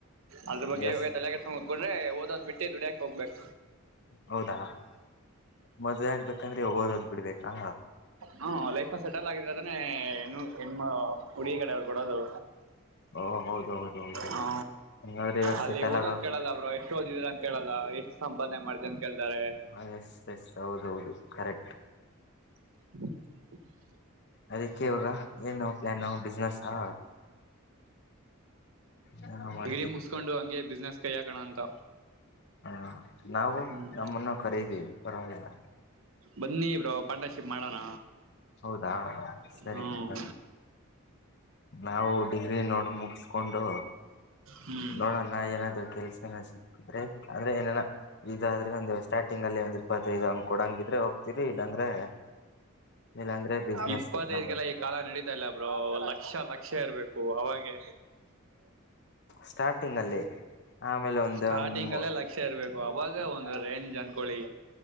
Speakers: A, on the right; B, on the left.
A: ಅದ್ರ ಬಗ್ಗೆ
B: ಎಸ್
A: ತಲೆ <unintelligible> ಓದೋದ ಬಿಟ್ಟಿ ದುಡಿಯಕ್ಕ ಹೋಗ್ಬೇಕ.
B: ಹೌದಾ ಮದ್ವೆ ಆಗ್ಬೇಕಂದ್ರೆ ಓದೋದ ಬಿಡ್ಬೇಕಾ.
A: ಹ್ಮ ಲೈಫ ಸೆಟಲ್ ಆಗಿದ್ರೆ ಅದನೇ ಇನ್ನು ಹೆನ್ನು ಹುಡುಗಿ ಕಡೆಯವ್ರ ಕೊಡೋದು.
B: ಓ ಹೌದು ಹೌದು ಹೌದು
A: ಹ
B: ಹಂಗಾದ್ರೆ ಇವಾಗ
A: ಅಲ್ಲಿ
B: ಸೆಟಲ್
A: ಓದೋದ
B: ಆಗಕು
A: ಕೇಳಲ್ಲ ಬ್ರೋ ಎಷ್ಟ ಓದಿದೀರ ಅಂತ ಕೇಳಲ್ಲ ಎಷ್ಟ ಸಂಪಾದನೆ ಮಾಡ್ದ ಅಂತೇ ಕೇಳ್ತಾರೆ.
B: ಹ ಎಸ್ ಎಸ್ ಹೌದೌದು ಕರೆಕ್ಟ್.
A: <inaudible>
B: ಅದಕ್ಕೆ ಇವಾಗ ಏನು ಪ್ಲಾನ್ ಬಿಸ್ನೆಸ್ಸಾ. ಹಾ ಮಾಡ
A: ಇ ಮುಸ್ಕೊಂಡು ಹಂಗೆ ಬಿಸ್ನೆಸ್ ಕೈ ಹಾಕನ ಅಂತ
B: ಹಾ ನಾವು
A: ಹ್ಮ್
B: ನಮ್ಮನ್ನು ಕರೀರೀ ಪರವಾಗಿಲ್ಲ.
A: ಬನ್ನಿ ಬ್ರೋ ಪಾರ್ಟ್ನಸಿಪ್ ಮಾಡೋಣ.
B: ಹೌದಾ ಸರಿ
A: ಹ್ಮ್
B: ಹಂಗ ನಾವು ಡಿಗ್ರಿ ನೋಡ ಮುಗಿಸಕೊಂಡು
A: ಹ್ಮ್
B: ನೋಡ ನಾ ಏನಾದ್ರು ಕೆಲ್ಸನ ಸಿಕ್ತಿದ್ರೆ ಅರೇ ಏನ ಇದಾದ್ರೆ ಒಂದ ಸ್ಟಾರ್ಟಿಂಗ್ ಅಲ್ಲಿ ಒಂದ ಇಪ್ಪತ್ತೈದ ಹಂಗ್ ಕೊಡಂಗಿದ್ರೆ ಹೋಗ್ತಿರಿ ಇಲ್ಲಾಂದ್ರೆ ಇಲ್ಲಾಂದ್ರೆ ಬಿಸ್ನೆಸ್
A: ಇಪ್ಪತೈದಕೇಲ್ಲಾ
B: ನಮ್
A: ಕಾಲ ನಡೀತಾ ಇಲ್ಲ ಬ್ರೋ ಲಕ್ಷ ಲಕ್ಷ ಇರ್ಬೇಕು ಅವಾಗೆ
B: ಸ್ಟಾರ್ಟಿಂಗ್ ಅಲ್ಲಿ ಆಮೇಲೆ ಒಂದ
A: ಸ್ಟಾರ್ಟಿಂಗ್
B: ಒಂದ್
A: ಅಲ್ಲೇ ಲಕ್ಷ ಇರ್ಬೇಕು ಅವಾಗ ಒಂದು ರೇಂಜ್ ಅನ್ಕೊಳ್ಳಿ.